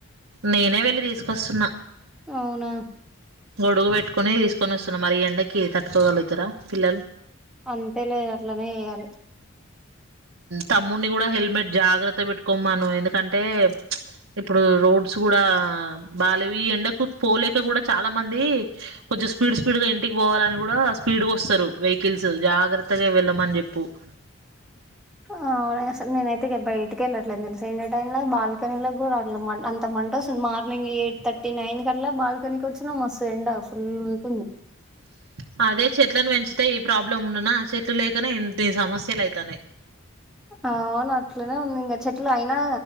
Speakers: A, on the right (about 80°); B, in the centre.
A: నేనే వెళ్లి తీసుకొస్తున్నా
B: అవునా
A: గొడుగు పెట్టుకుని తీసుకొని వస్తున్నా మరి ఎండకి తట్టుకోగలుగుతారా పిల్లలు
B: అంతే లే అట్లనే చేయాలి
A: తమ్ముడిని కూడా హెల్మెట్ జాగ్రత్తగా పెట్టుకోమను ఎందుకంటే ఇప్పుడు రోడ్స్ కూడా బాగాలేవు ఈ ఎండకు పోలేక కూడా చాలా మంది కొంచెం స్పీడ్ స్పీడ్ గా ఇంటికి పోవాలని కూడా స్పీడ్ వస్తారు వెహికల్స్ జాగ్రత్తగా వెళ్ళమని చెప్పు <inaudible>
B: ఆ అసలు నేనైతే బయటికి వెళ్ళట్లే తెలుస ఎండ టైలో బాల్కనీలో కూడా రావట్లే అంత అంటె ఆశలు మార్నింగ్ ఎయిట్ థర్టీ నైన్ కట్లా బాల్కనీకి వచ్చిన మస్తు ఎండ ఫుల్ ఉంటుంది
A: <inaudible> అదే చెట్లను పెంచితే ఈ ప్రాబ్లం ఉండునా చెట్లు లేకనే ఇన్ని సమస్యలు అయితానయి
B: అవును అట్లనే ఉంది ఇంకా చెట్లు అయినా